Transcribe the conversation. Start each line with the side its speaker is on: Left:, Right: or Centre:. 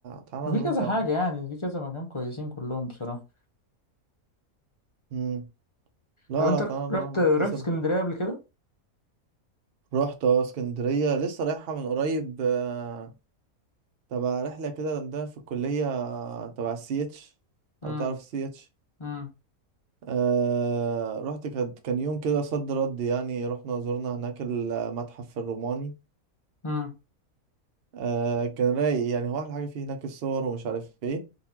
Right: تعالى
Left: في كذا
Right: نروح يا
Left: حاجة
Right: عم
Left: يعني في كذا مكان كويسين كلهم بصراحة
Right: مم. لا
Left: طب انت
Right: لا تعالى
Left: رحت
Right: نروح
Left: رحت
Right: مثلا
Left: اسكندرية قبل كده؟
Right: رحت اه اسكندرية لسه رايحة من قريب آه، تبع رحلة كده عندنا في الكلية آه، تبع السي اتش لو
Left: امم
Right: تعرف السي اتش
Left: امم
Right: أه رحت كان كان يوم كده صد رد يعني رحنا زرنا هناك المتحف الروماني
Left: امم
Right: أه كان رايق يعني هو أحلى حاجة فيه هناك الصور ومش عارف ايه